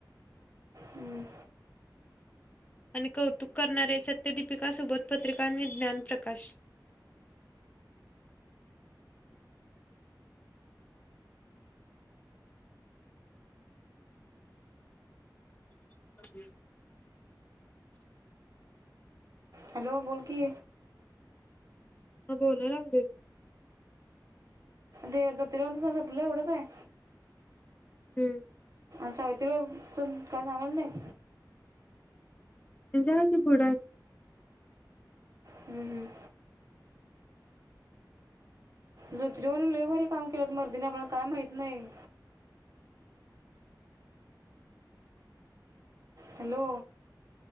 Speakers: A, on the right (about 50°); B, on the left (about 20°).
A: हम्म.
B: आणि कौतुक करणारे सत्यदीपिका सोबत पत्रिका आणि ज्ञान प्रकाश <inaudible>
A: हॅलो बोलकी.
B: ह बोलाय लागल.
A: ते जत राहं आपलं एवढंच आहे.
B: हम्म.
A: सावित्रीबाब काय सांगलं नाहीत.
B: ज कि पुुडा.
A: हम्म हम्म. जोत्रीेवरून ललेबर हे काम केलंत मर्दीिने आपल्याला काय माहत नाही. हॅलो!